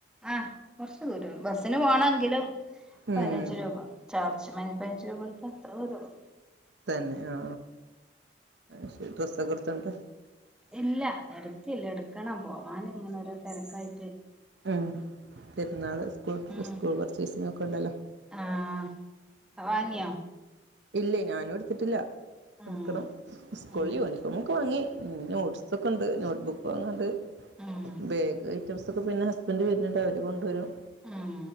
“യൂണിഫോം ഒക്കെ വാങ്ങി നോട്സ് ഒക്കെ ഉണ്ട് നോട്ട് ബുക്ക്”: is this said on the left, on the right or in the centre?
Right